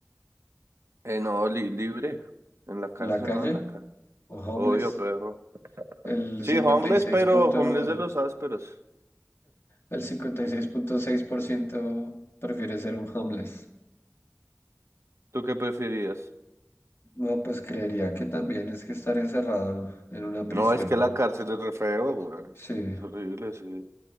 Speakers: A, on the right; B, on the left.
A: Eh, no, li- libre. En la cárcel,
B: ¿La calle
A: ¿no? En la cárcel.
B: o homeless?
A: Obvio, perro.
B: El cincuenta
A: Sí, homeless,
B: y seis
A: pero
B: punto,
A: homeless de los ásperos.
B: el cincuenta y seis seis punto seis por ciento prefiere ser un homeless.
A: ¿Tú qué preferías?
B: No, pues creería que también es que estar encerrado en una prisión,
A: No, es que
B: ¿no?
A: la cárcel es re feo, güey.
B: Sí,
A: Es horrible, sí.